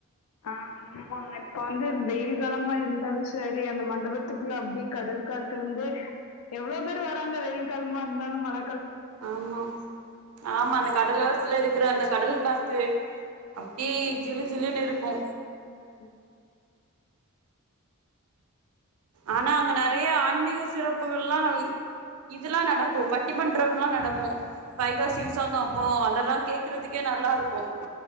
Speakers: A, on the left; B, on the right.
A: ஆ ஆமா இப்ப வந்து வெயில் காலமா இருந்தாலு சரி அந்த மண்டபத்துக்குள்ள அப்டி கடல் காத்து வந்து எவ்ளோ பேர் வராங்க வெயில் காலமா இருந்தாலு, மழ
B: ஆமா ஆமா அந்த கடலோரத்ல இருக் க்குற அந்த கடல் காத்து அப்டி ஜிலு ஜிலுனு இருக்கு
A: ம்
B: ஆனா அங்க நெறையா ஆன்மீக சிறப்புகள்லா நா <unintelligible> இதுல்லா நடக்கும் பட்டிமன்றம்ல்லா நடக்கும் வைகாசி விசாகோம் அப்போ அதல்லா கேக்குறதுக்கே நல்லா இருக்கும்